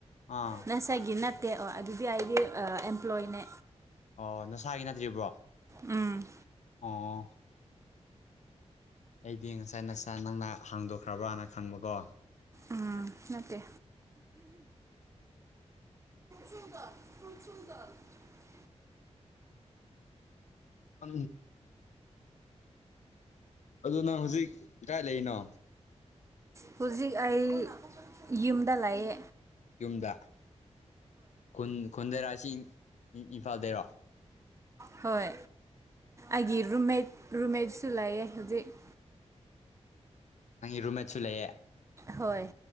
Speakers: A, on the left; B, on the right.
A: ꯑꯥ
B: ꯉꯁꯥꯏꯒꯤꯦ ꯗꯦ ꯑꯣ ꯑꯗꯨꯗꯤ ꯑꯩꯒꯤ ꯑꯦꯝꯄ꯭ꯂꯣꯏꯅꯦ
A: ꯑꯣ ꯅꯁꯥꯒꯤ ꯅꯠꯇ꯭ꯔꯤꯕ꯭ꯔꯣ
B: ꯎꯝ
A: ꯑꯥ ꯑꯩꯗꯤ ꯉꯁꯥꯏ ꯅꯁ ꯅꯪꯅ ꯍꯥꯡꯗꯣꯛꯈ꯭ꯔꯕ꯭ꯔꯥꯅ ꯈꯪꯕꯀꯣ
B: ꯑꯥ ꯃꯦ ꯆ
A: ꯍ ꯑꯗꯨ ꯅꯪ ꯍꯧꯖꯤꯛ ꯀꯗꯥꯥꯏ ꯂꯩꯔꯤꯅꯣ
B: ꯍꯧꯖꯤꯛ ꯑꯩ ꯌꯨꯝꯗ ꯂꯥꯛꯑꯦ
A: ꯌꯨꯝꯗ ꯈꯨ ꯈꯨꯟꯗꯔꯥꯁꯤ ꯏꯝꯐꯥꯜꯗꯔꯣ
B: ꯍꯣꯏ ꯑꯩꯒꯤ ꯔꯨꯝꯃꯦꯠ ꯔꯨꯝꯃꯦꯠꯁꯨ ꯂꯥꯛꯑꯦ ꯍꯧꯖꯤꯛ
A: ꯅꯪꯒꯤ ꯔꯨꯝꯃꯦꯠꯁꯨ ꯂꯩꯌꯦ
B: ꯍꯣꯏ